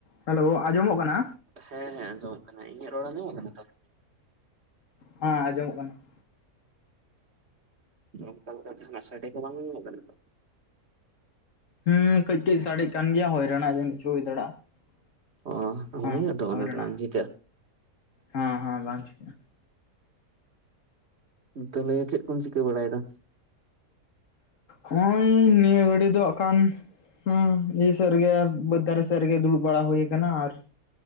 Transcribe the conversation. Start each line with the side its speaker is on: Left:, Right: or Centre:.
Left: Hello ᱟᱸᱡᱚᱢᱚᱜ ᱠᱟᱱᱟ
Right: ᱦᱮᱸ ᱦᱮᱸ ᱟᱸᱡᱚᱢᱚᱜ ᱠᱟᱱᱟ ᱾ᱤᱧᱟᱹᱜ ᱨᱚᱲ ᱟᱸᱡᱚᱢᱚᱜ ᱠᱟᱱᱟ ᱛᱚ ᱾
Left: ᱦᱮᱸ ᱟᱸᱡᱚᱢᱚᱜ ᱠᱟᱱᱟ ᱾
Right: ᱱᱚᱝᱠᱟ ᱢᱤᱫᱴᱮᱡ ᱥᱟᱰᱮ ᱠᱚ ᱵᱟᱝ ᱟᱸᱡᱚᱢᱚᱜ ᱠᱟᱱᱟ ᱛᱚ
Left: ᱦᱩᱸ ᱠᱟᱹᱡ ᱠᱟᱹᱡ ᱥᱟᱰᱮ ᱠᱟᱱ ᱜᱮᱭᱟ ᱦᱚᱭ ᱨᱮᱱᱟᱜ ᱡᱟ ᱠᱤᱪᱷᱩ ᱦᱩᱭ ᱫᱟᱲᱮᱭᱟᱜᱼᱟ ᱾
Right: ᱚ ᱦᱳᱭ
Left: ᱦᱚᱸ
Right: ᱟᱫᱚ ᱚᱱᱟ
Left: ᱦᱩᱭ ᱨᱮᱱᱟᱜ
Right: ᱫᱚ ᱵᱟᱝ ᱪᱤᱠᱟᱹᱜᱼᱟ
Left: ᱦᱮᱸ ᱦᱮᱸ <unintelligible>
Right: ᱛᱟᱦᱚᱞᱮ ᱪᱮᱫ ᱠᱚᱢ ᱪᱤᱠᱟᱹ ᱵᱟᱲᱟᱭᱮᱫᱟ?
Left: ᱦᱳᱭ ᱱᱤᱭᱟᱹ ᱜᱷᱟᱹᱲᱤ ᱫᱚ ᱠᱷᱟᱱ ᱦᱩᱸ ᱤᱭᱟᱹ ᱥᱮᱫ ᱨᱮᱜᱮ ᱵᱟᱹᱫᱽ ᱫᱟᱨᱮ ᱥᱮᱫ ᱨᱮᱜᱮ ᱫᱩᱲᱩᱵ ᱵᱟᱲᱟ ᱦᱩᱭ ᱟᱠᱟᱱᱟ ᱟᱨ